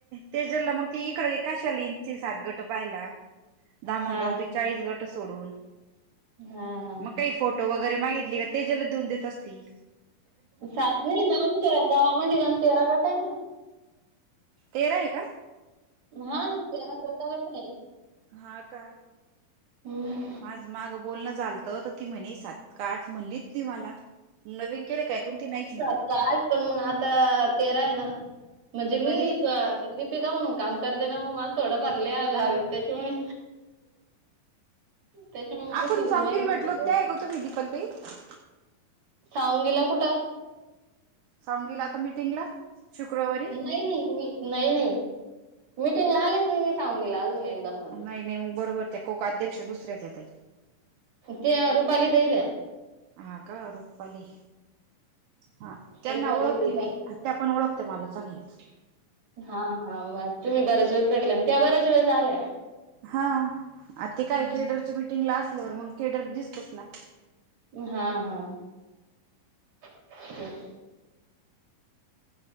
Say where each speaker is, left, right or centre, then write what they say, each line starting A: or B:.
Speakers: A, on the right; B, on the right.
A: ते जला मग ती इकडं काशाला इन ती सात गटं पाहायला. धामगावचे
B: हां,
A: चाळीस गटं सोडून
B: हां, हां.
A: मग काही फोट टो वगैरे मागितली का ते जलं देऊन देत असतील.
B: सात नाही ना आमच्या गावामध्ये तेरा गट आहे ना
A: तेरा आहे का
B: हा तेरा चौदा गट आहे
A: हा का
B: हम्म
A: आज मागं बोलणं झालतं तर ती म्हणे सात का आठ म्हणली ती मला. नवीन केले काय कोणती नाय चीन
B: काय पण मग आता तेरा आहे ना म्हणजे मी
A: नवीन
B: क अगदी पिका म्हणून काम करते ना मग मला थोडं भरल्या लागत त्याच्यामुळे त्याच्यामुळे
A: आपण
B: माहिती
A: सावंगीला
B: माहितीय
A: भेटलो
B: मला एवढं
A: त्या आहे का तुम्ही दिपाली ताई
B: साळुंगिला कुठं
A: साळुंगिला आता मीटिंगला शुक्रवारी
B: नाही नाही मी नाही नाही मिटिंगला आलीच नाही मी साळुंगिला अजून एकदा पण
A: नाही नाही मग बरोबर त्या कोक अध्यक्ष दुसऱ्याच या ताई
B: त्या रुपाली ताई त्या
A: हा का रुपाली हा त्यांना
B: रुपाली
A: ओळखती
B: ते
A: मी
B: जाऊ
A: त्या पण ओळखत्या मला चांगल्याच
B: हा हा मग तुम्ही बऱ्याच वेळे भेटल्या न त्या बऱ्याच वेळेस आल्या
A: हा आ ते
B: हम्म.
A: काय केडरच्या मीटिंगला असल्यावर मग केडर दिसतोच ना
B: हा हा हम्